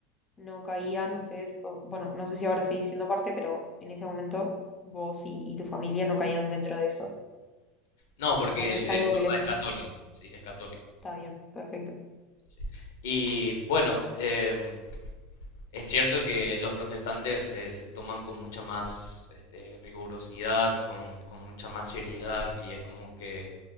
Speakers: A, on the left; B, on the left.
A: no caían ustedes, o, bueno, no sé si ahora seguís siendo parte, pero en ese momento vos y, y tu familia no caían dentro de eso.
B: No, porque
A: O sea, no es
B: el, el
A: algo
B: Papa
A: que les
B: es católico, sí, es católico.
A: está bien, perfecto.
B: sí. sí. Y bueno, em, es cierto que los protestantes eh, se toman con mucha más este, rigurosidad, con, con mucha más seriedad, y es como que